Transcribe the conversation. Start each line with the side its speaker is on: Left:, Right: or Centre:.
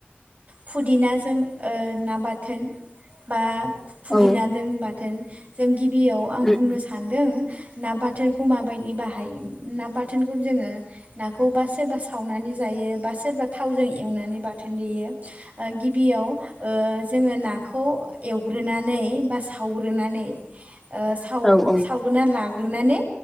Right: फुदिनाजों ओ ना बाथोन बा फुदिनाजों
Centre: उम
Right: बा थोन जों गि बियाव आं
Centre: उम
Right: बुंनो सान्दों ना बाथोनखौ माबायदि बाहायो ना बाथोनखौ जोङो नाखौबा सोरबा सावनानै जायो बा सोरबा थावजों एवनानै बाथोन देयो। ओ गिबियाव ओ जोङो ना खौ एवग्रोनानै बा सावग्रोनानै ओ साव
Centre: औ उम
Right: सावगोरना ला गोरनानै